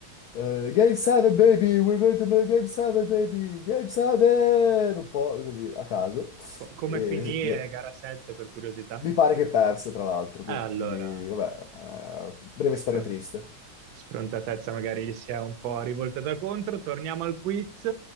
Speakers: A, on the left (about 70°); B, on the right (about 65°).
A: eh, Game 7 baby, we're going to make Game 7 baby, Game 7! Un po' così a caso.
B: Co- come
A: Eh,
B: finì
A: sì, beh,
B: eh, gara 7 per curiosità?
A: mi pare che perse, tra l'altro, quindi,
B: Allora,
A: vabbè, eh, breve
B: spron-
A: storia triste.
B: sfrontatezza magari gli si è un po' rivoltata contro. Torniamo al quiz.